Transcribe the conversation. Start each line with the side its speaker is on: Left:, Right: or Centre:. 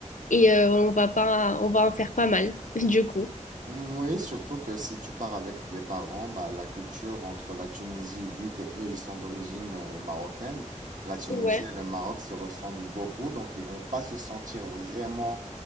Left: Et euh, on va pas, on va en faire pas mal, <laughs> du coup.
Right: Mm, Oui, surtout que si tu pars avec des parents, bah, la culture entre la Tunisie, vu que eux ils sont d'origine euh, marocaine, la Tunisie
Left: Ouais,
Right: et le Maroc se ressemblent beaucoup, donc ils vont pas se sentir vraiment